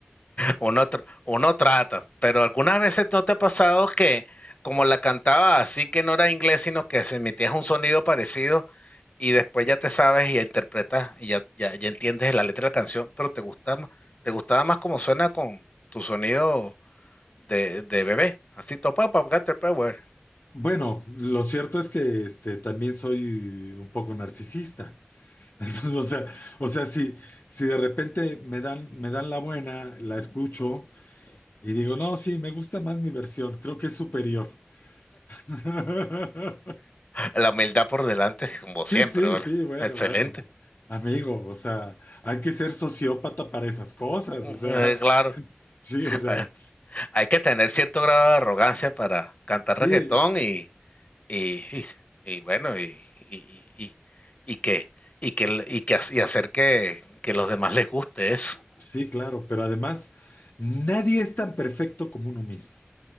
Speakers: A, on the left; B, on the left.
A: Uno, tr- uno trata, pero algunas veces no te ha pasado que, como la cantaba así que no era inglés, sino que se emitía un sonido parecido, y después ya te sabes y interpretas y ya, ya, ya entiendes la letra de la canción, pero te gusta más, te gustaba más como suena con tu sonido de, de bebé. Así topa, papgate, power.
B: Bueno, lo cierto es que, este, también soy un poco narcisista. <laughs> Entonces, o sea, o sea, si, si de repente me dan, me dan la buena, la escucho y digo, no, sí, me gusta más mi versión, creo que es superior. <laughs>
A: La humildad por delante, como siempre,
B: Sí, sí,
A: ¿vale?
B: sí, bueno,
A: Excelente.
B: bueno, amigo, o sea, hay que ser sociópata para esas cosas,
A: Eh,
B: o sea,
A: claro.
B: <laughs> sí, o sea,
A: Bueno, hay que tener cierto grado de arrogancia para cantar
B: sí,
A: reggaetón y, y, y, y bueno, y, y, y, y que, y que, y que y hacer que, que los demás les guste eso.
B: sí, claro, pero además, nadie es tan perfecto como uno mismo.